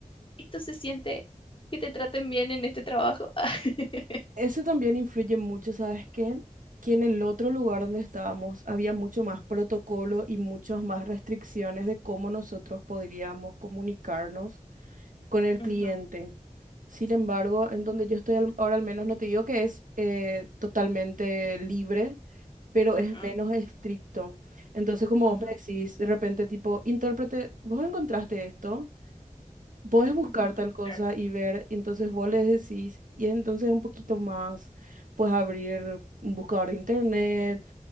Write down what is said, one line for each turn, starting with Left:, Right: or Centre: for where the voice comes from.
Left: esto se siente que te traten bien en este trabajo. <laughs>
Right: Eso también influye mucho, ¿sabes qué? Que en el otro lugar donde estábamos había mucho más protocolo y muchas más restricciones de cómo nosotros podríamos comunicarnos. con el cliente.
Left: Ujú,
Right: Sin embargo, en donde yo estoy al- ahora al menos, no te digo que es eh, totalmente libre, pero es
Left: ujú,
Right: menos estricto. Entonces, como
Left: ujú,
Right: vos me decís, de repente tipo, intérprete, vos encontraste esto, podés buscar
Left: ujú, ujú,
Right: tal cosa
Left: claro.
Right: y ver, entonces vos les decís, y entonces un poquito más, puedes abrir un buscador de internet,